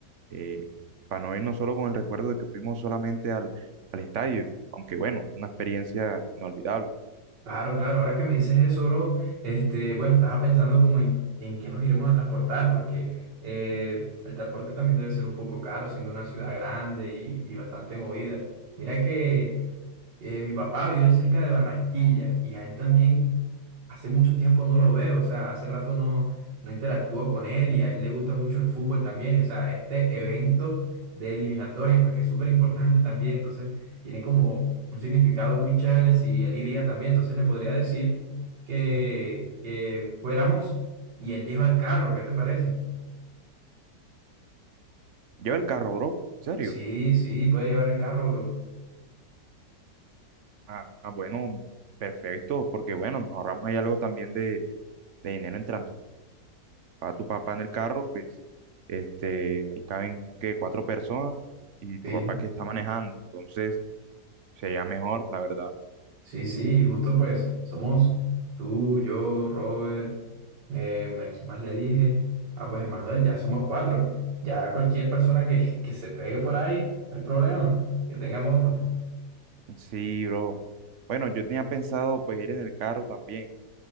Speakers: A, on the right (about 55°); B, on the right (about 75°).
A: eh, para no irnos solo con el recuerdo de que fuimos solamente al, al estadio, aunque bueno, es una experiencia inolvidable.
B: Claro, claro, ahora que me dices eso, bro, este, bueno, estaba pensando como en, en qué nos iremos a transportar, porque eh, el transporte también debe ser un poco caro, siendo una ciudad grande y, y bastante movida. Mira que eh, mi papá vive cerca de Barranquilla y a él también hace mucho tiempo no lo veo, o sea, hace rato no, no interactúo con él y a él le gusta mucho el fútbol también, y o sea, este evento de eliminatorias, porque es súper importante también, entonces tiene como un significado muy chévere si él iría también. Entonces le podría decir que, que fuéramos y él lleva el carro, ¿qué te parece?
A: Lleva el carro, bro, ¿en serio?
B: Sí, sí, puede llevar el carro, bro.
A: Ah, ah, bueno, perfecto, porque bueno, nos ahorramos ahí algo también de, de dinero en transporte. Para tu papá en el carro, pues, este, ahí caben, que Cuatro personas y tu
B: Sí,
A: papá que está manejando, entonces sería mejor, la verdad.
B: sí, sí, y justo pues somos tú, yo, Robert, eh, ¿a quién más le dije? Ah, pues Manuel, ya somos cuatro. Ya cualquier persona que, que se pegue por ahí, no hay problema, que tenga moto.
A: Sí, bro. Bueno, yo tenía pensado pues ir en el carro también.